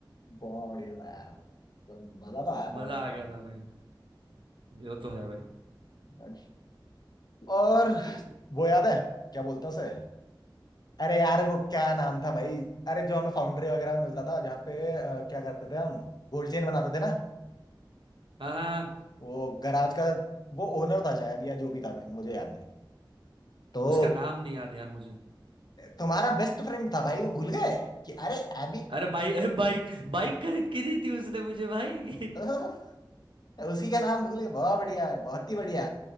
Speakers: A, on the left (about 55°); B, on the right (about 80°).
A: बहुत बढ़िया था मजा तो आया था
B: मजा
A: वो करने
B: आ गया था भाई ये तो है भाई
A: में और
B: वो-
A: वो याद है क्या बोलते हैं उसे अरे यार वो क्या नाम था भाई अरे जो हमें फाउंड्री वगैरह में मिलता था जहाँ पे अ, क्या करते थे हम गोल्ड चेन बनाते थे ना
B: हाँ हाँ हाँ,
A: वो गराज का वो ओनर था शायद या जो भी था मैं मुझे याद नहीं है तो
B: उसका नाम नहीं याद यार मुझे
A: तुम्हारा बेस्ट फ्रेंड था भाई वो भूल गए कि अरे एबी
B: अरे भाई अरे बाइक बाइक खरीद के दी थी उसने मुझे भाई
A: <laughs>
B: <laughs>
A: उसी का नाम भूल गए बहुत बढ़िया भाई बहुत ही बढ़िया